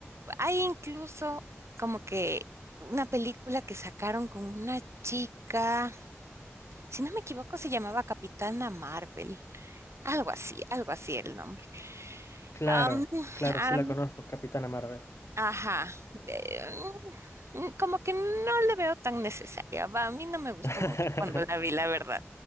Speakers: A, on the right (about 80°); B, on the left (about 80°).
A: Hay incluso como que una película que sacaron con una chica, si no me equivoco, se llamaba Capitana Marvel, algo así, algo así era el nombre.
B: Claro,
A: Am,
B: claro,
A: am,
B: sí la conozco, Capitana Marvel.
A: Ajá, eh, mm, como que no le veo tan necesaria. Va, a mí no me gustó
B: <laughs>
A: mucho cuando la vi, la verdad.